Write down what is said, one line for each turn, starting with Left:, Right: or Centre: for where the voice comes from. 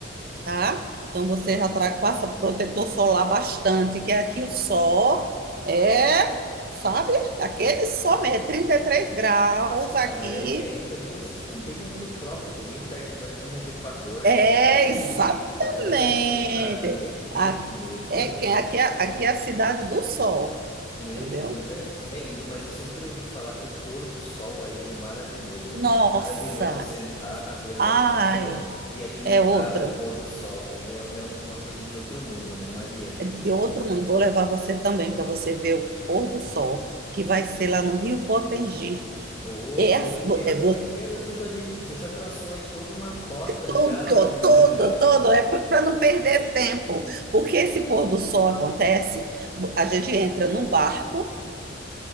Right: tá? Então você
Left: Ótimo.
Right: já tra- passa protetor solar bastante, que aqui o sol é, sabe? Aquele sol mesmo, é 33 graus aqui.
Left: Ah, é que aí também vocês estão bem aí no trópico, bem perto da linha do Equador,
Right: É,
Left: né? Aí,
Right: exatamente.
Left: <laughs> aí é quente
Right: A-
Left: mesmo.
Right: é, que- aqui, é- aqui é a cidade do sol,
Left: Meu
Right: entendeu?
Left: Deus, mas é, é lindo, mas eu sempre ouvi falar que o pôr do sol aí é maravilhoso,
Right: Nossa!
Left: né? É Maravilhoso sentar na beira
Right: Ai,
Left: da praia e admirar
Right: é outra.
Left: o pôr do sol, né? É, é uma coisa de outro mundo, né, Maria?
Right: É de outro mundo. Vou levar você também para você ver o pôr do sol, que vai ser lá no Rio Potengi.
Left: Opa,
Right: É, a-
Left: meu
Right: vo-
Left: Deus,
Right: é,
Left: meu Deus, tu já me, tu já traçou aí toda uma rota
Right: Tudo,
Left: já, menina.
Right: tudo, tudo. É para não perder tempo. Porque esse pôr do sol acontece, a gente entra num barco,